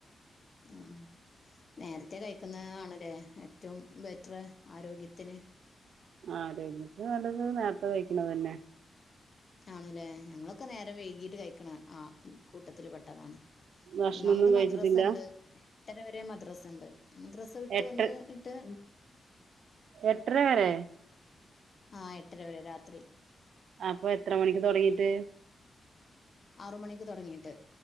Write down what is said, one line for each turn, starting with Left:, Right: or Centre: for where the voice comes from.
Left: ആ നേരത്തെ കഴിക്കുന്ന ആണ് അല്ലെ ഏറ്റവും ബെറ്റർ ആരോഗ്യത്തിന്
Right: ആ ആരോഗ്യത്തിന് നല്ലത് നേരത്തെ കഴിക്കണ തന്നെ
Left: ആണല്ലേ ഞങ്ങളൊക്കെ നേരം വൈകീട്ട് കഴിക്കണ ആ കൂട്ടത്തില് പെട്ടതാണ്.
Right: ഭക്ഷണൊന്നും
Left: ഒന്നാമത്
Right: കഴിച്ചിട്ടില്ല
Left: മദ്രസ ഉണ്ട് എട്ടര വരെ മദ്രസ്ണ്ട് മദ്രാസ വിട്ട്
Right: എട്ട്
Left: വന്ന് ഇട്ട്
Right: എട്ടര വരെ?
Left: ആ എട്ടര വരെ രാത്രി
Right: അപ്പൊ എത്ര മണിക്ക് തൊടങ്ങീട്ട്?
Left: ആറു മണിക്ക് തൊടങ്ങീട്ട്.